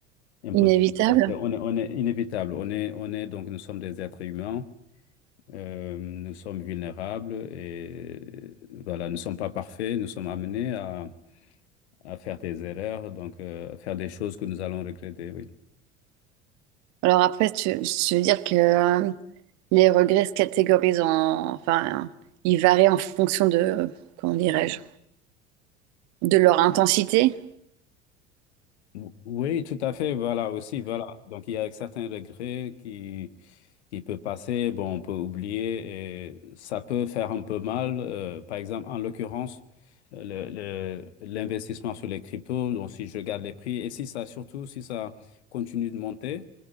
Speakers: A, on the left; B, on the right.
A: impossible.
B: Inévitable.
A: Ouais, c'est- on est on est inévitable. On est on est donc nous sommes des êtres humains. Euh, nous sommes vulnérables et euh, voilà, nous ne sommes pas parfaits, nous sommes amenés à, à faire des erreurs, donc euh, à faire des choses que nous allons regretter, oui.
B: Alors après, tu, je veux dire que euh, les regrets se catégorisent en... Enfin, ils varient en fonction de... Comment dirais-je? De leur intensité?
A: Ou- Oui, tout à fait, voilà aussi, voilà. Donc il y a certains regrets qui, qui peuvent passer, bon, on peut oublier et ça peut faire un peu mal. euh, par exemple, en l'occurrence, euh, le, le- l'investissement sur les cryptos, donc si je garde les prix et si ça, surtout si ça continue de monter.